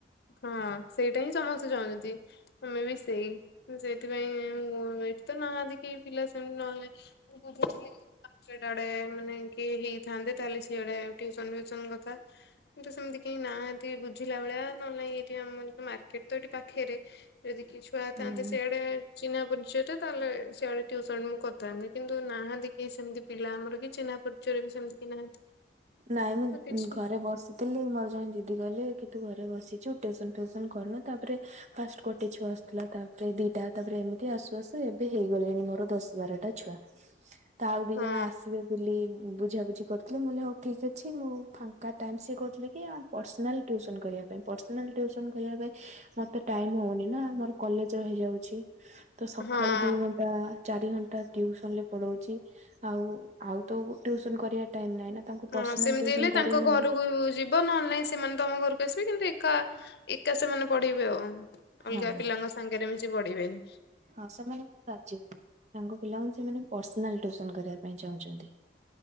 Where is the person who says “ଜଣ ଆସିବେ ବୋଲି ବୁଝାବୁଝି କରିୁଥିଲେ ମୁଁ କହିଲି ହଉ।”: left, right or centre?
Right